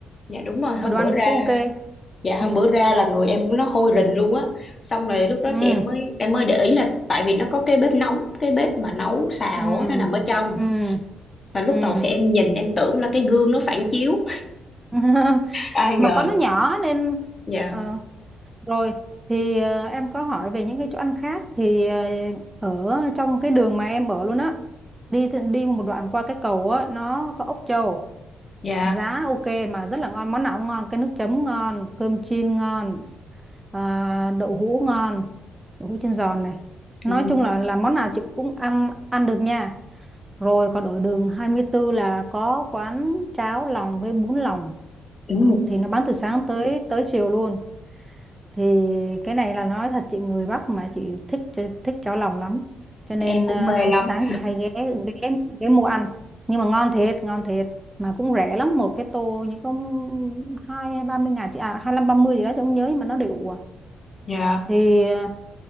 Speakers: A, on the left; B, on the right.
A: dạ đúng rồi
B: mà
A: hôm
B: đồ
A: bữa
B: ăn
A: ra
B: cũng cũng ok
A: dạ
B: ừ
A: hôm bữa ra là người em nó hôi rình luôn á xong rồi lúc đó
B: ừ
A: thì em mới em mới để ý là tại vì nó có cái bếp nóng cái bếp mà nấu xào
B: ừ
A: á nó nằm ở trong
B: ừ
A: và lúc
B: ừ
A: đầu thì em nhìn em tưởng là cái gương nó phản chiếu
B: <laughs>
A: ai ngờ
B: mà quán nó nhỏ nên
A: dạ
B: ờ, Rồi thì ờ, em có hỏi về những cái chỗ ăn khác thì ờ, ở trong cái đường mà em ở luôn á đi thì- đi một đoạn qua cái cầu á nó có ốc trâu
A: dạ
B: giá ok mà rất là ngon món nào cũng ngon cái nước chấm ngon cơm chiên ngon à, đậu hũ ngon đậu hũ chiên giòn này nói
A: ừ.
B: chung là là món nào chị cũng ăn ăn được nha rồi còn ở đường 24 là có quán cháo lòng với bún lòng
A: Ừ.
B: thì nó bán từ sáng tới tới chiều luôn thì cái này là nói thật chị người Bắc mà chị thích ch- thích cháo lòng lắm cho nên
A: em cũng
B: à,
A: mê lắm
B: sáng chị hay ghé ghé ghé mua ăn nhưng mà ngon thiệt ngon thiệt mà cũng rẻ lắm một cái tô như có hai hay ba mươi ngàn chị à hai năm ba mươi gì đó chị không nhớ nhưng mà nó đều à
A: dạ
B: thì à,